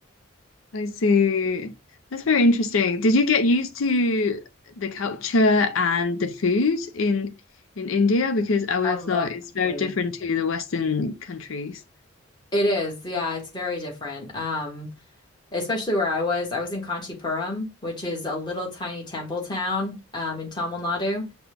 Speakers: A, on the left; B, on the left.
A: I see. That's very interesting. Did you get used to the culture and the food in in India? Because I would
B: I
A: have
B: love
A: thought it's
B: Thai
A: very
B: food.
A: different to the Western countries.
B: It is, yeah, it's very different. Um, especially where I was. I was in Kanchipuram, which is a little tiny temple town um, in Tamil Nadu.